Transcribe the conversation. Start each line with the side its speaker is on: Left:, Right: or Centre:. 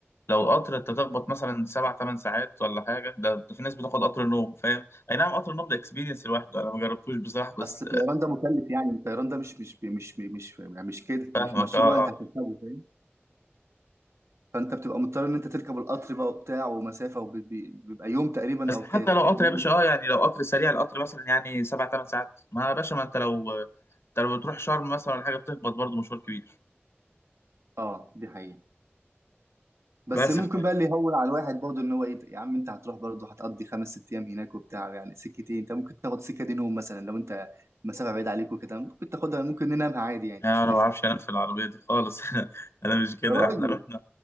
Left: لو قطر انت تخبط مثلا سبع تمن ساعات ولا حاجة ده, ده في ناس بتاخد قطر نوم فاهم اي نعم قطر النوم ده اكسبيرينس لوحده انا ما جربتوش بصراحة بس
Right: اصل
Left: آه،
Right: الطيران ده مكلف يعني الطيران ده مش مش مش مش يعني مش كده
Left: فاهمك
Right: مش مشروع
Left: اه
Right: انت
Left: اه آه.
Right: هتركبه فاهم فانت بتبقى مضطر ان انت تركب القطر بقى وبتاع ومسافه وبيبقى يوم تقريبا
Left: بس
Right: او
Left: حتى
Right: كام
Left: لو قطر
Right: يوم
Left: يا باشا
Right: ونص
Left: اه يعني لو قطر سريع القطر مثلا يعني سبع تمن ساعات ما يا باشا ما انت لو انت لو بتروح شرم مثلا ولا حاجة بتخبط برضه مشوار كبير
Right: اه دي حقيقه بس
Left: بس
Right: ممكن
Left: ف...
Right: بقى اللي يهون على الواحد برضه ان هو ايه يا عم انت هتروح برضه هتقضي خمس ست ايام هناك وبتاع يعني سكتين انت ممكن تاخد سكه دي نوم مثلا لو انت مسافه بعيد عليك وكده ممكن تاخدها ممكن ننامها عادي يعني
Left: انا
Right: مش هتفرق
Left: ما بعرفش انام في العربية دي خالص <laughs> انا مش كده
Right: يا راجل
Left: احنا رحنا